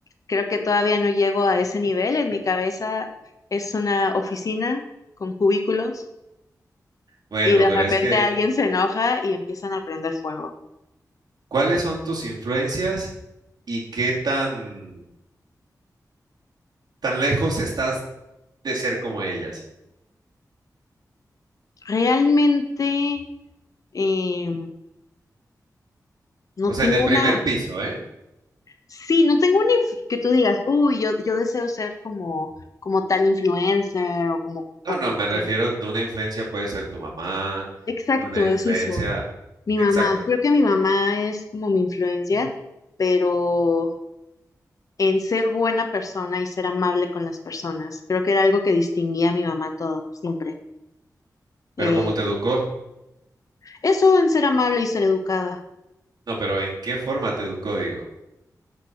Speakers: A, on the left (about 55°); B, on the right (about 85°).
A: creo que todavía no llego a ese nivel. En mi cabeza es una oficina con cubículos
B: Bueno,
A: y de
B: pero
A: repente
B: es que,
A: alguien se enoja y empiezan a prender fuego.
B: ¿cuáles son tus influencias y qué tan, tan lejos estás de ser como ellas?
A: Realmente eh, no
B: O sea,
A: tengo
B: en el primer
A: una,
B: piso, ¿eh?
A: sí, no tengo una inf- que tú digas, uy, yo, yo deseo ser como, como tal influencer o como,
B: No,
A: o
B: no,
A: como
B: me refiero
A: tal".
B: de una influencia puede ser tu mamá,
A: Exacto,
B: una
A: es
B: influencia,
A: eso. Mi
B: exacto.
A: mamá, creo que mi mamá es como mi influencia, pero en ser buena persona y ser amable con las personas. Creo que era algo que distinguía a mi mamá todo, siempre.
B: Pero
A: Eh,
B: cómo te educó,
A: eso en ser amable y ser educada.
B: no, pero ¿en qué forma te educó, digo?